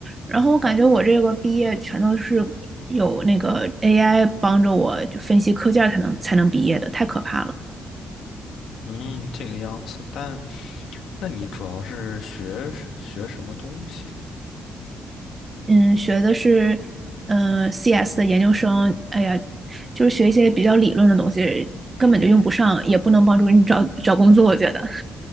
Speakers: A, on the right (about 20°); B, on the left (about 75°).
A: 然后我感觉我这个毕业全都是有那个 AI 帮着我就分析课件儿才能才能毕业的，太可怕了。
B: 嗯，这个样子。但那你主要是学学什么东西的？
A: 嗯，学的是嗯、呃 CS 的研究生，哎呀，就是学一些比较理论的东西，根本就用不上，也不能帮助你找找工作。我觉得